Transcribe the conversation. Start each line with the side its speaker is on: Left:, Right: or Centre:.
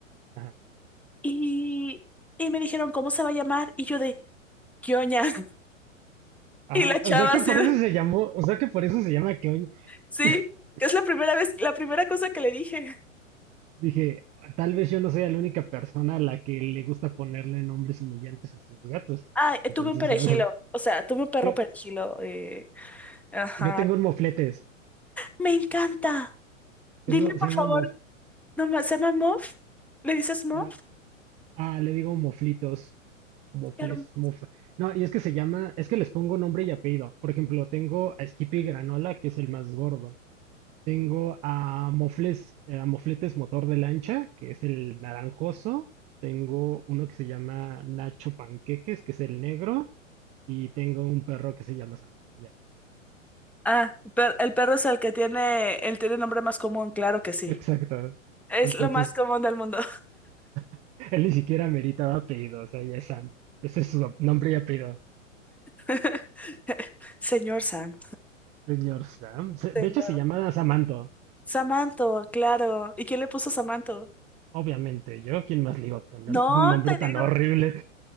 Right: ajá.
Centre: Y, y me dijeron, ¿cómo se va a llamar? Y yo de, ¿qué oña? <laughs>
Right: Ah,
Centre: Y la chava
Right: o sea que
Centre: así,
Right: por
Centre: de,
Right: eso se llamó, o sea que por eso se llama que hoy
Centre: sí,
Right: <laughs>
Centre: que es la primera vez, la primera cosa que le dije.
Right: dije, tal vez yo no sea la única persona a la que le gusta ponerle nombres humillantes a sus gatos.
Centre: Ah, eh,
Right: Entonces
Centre: tuve un perejilo,
Right: ya veo.
Centre: o sea, tuve un perro
Right: Yo,
Centre: perejilo. eh, ajá.
Right: yo tengo un mofletes.
Centre: Me encanta. Dime,
Right: Tengo,
Centre: por
Right: se llama
Centre: favor,
Right: mof,
Centre: no, ma- ¿se llama Muff? ¿Le dices Muff?
Right: ah, ah, le digo moflitos. Mofles,
Centre: Qué hermoso.
Right: mof. No, y es que se llama, es que les pongo nombre y apellido. Por ejemplo, tengo a Skippy Granola, que es el más gordo. Tengo a Mofles, eh, a Mofletes Motor de Lancha, que es el naranjoso. Tengo uno que se llama Nacho Panqueques, que es el negro. Y tengo un perro que se llama Sam. Ya,
Centre: Ah, per- el perro es el que tiene, él tiene nombre más común, claro que sí.
Right: exacto.
Centre: Es
Right: Entonces,
Centre: lo más común del mundo.
Right: <laughs> él ni siquiera meritaba apellido, o sea, ya es Sam. Ese es su nombre y apellido.
Centre: <laughs> Señor Sam.
Right: Señor Sam. Se-
Centre: Señor.
Right: De hecho, se llama Samanto.
Centre: Samanto, claro. ¿Y quién le puso Samanto?
Right: Obviamente, yo, ¿quién más le iba a poner
Centre: No,
Right: un nombre
Centre: te
Right: tan
Centre: digo.
Right: horrible?